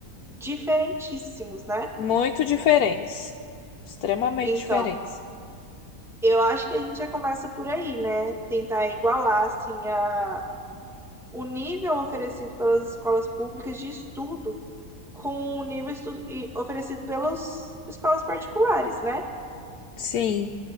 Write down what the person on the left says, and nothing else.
muito diferentes. Extremamente
diferentes.
Sim.